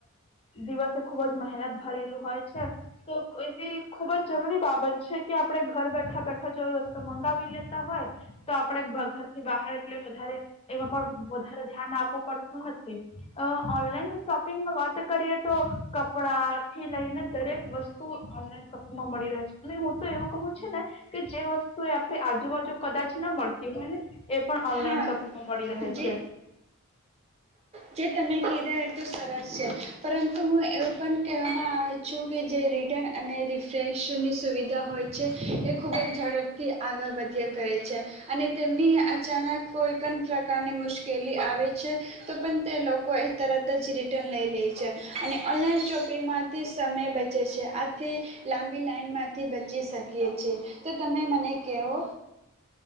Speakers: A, on the left; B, on the right.
A: દિવસે ખુબ જ મહેનત ભરેલું હોય છે તો એવી ખુબ જ જરૂરી બાબત છે, કે આપડે ઘર બેઠા, બેઠા જો વસ્તુ મંગા <unintelligible> હોય તો આપડે ઘરથી બહાર એટ વધારે એમાં પણ વધારે ધ્યાન આપવું પડતું નથી અ ઓનલાઈન શોપિંગ વાત કરીએ તો કપડા થી લઈને દરેક વસ્તુ ઓનલાન શોપિંગમાં મળી રહે છે, અને હું તો એવું ક છ ને કે જે વસ્તુ તે આજુબાજુ કદાચ ના મળતી હોય ને. એ પણ ઓનલાઈન
B: હા
A: શોપિંગમાં મળી રહે
B: જે
A: છે.
B: જે તમે કીધા એ તો સરસ છે, પરંતુ હું એવું પણ કહેવામાં આવે છું કે જે રિટર્ન અને રિફ્રેશની સુવિધા હોય છે એ ખૂબ જ ઝડપથી આગળ વધ્યા કરે છે અને તેમની અચાનક કોઈ પણ પ્રકારની મુશ્કેલી આવે છે, તો પણ તે લોકો એ તરત જ રિટર્ન લઈ લે છે અને ઓનલાઈન શોપિંગમાંથી સમય બચે છે આથી લાંબી લાઈનમાંથી બચી શકીએ છે, તો તમે મને કવો.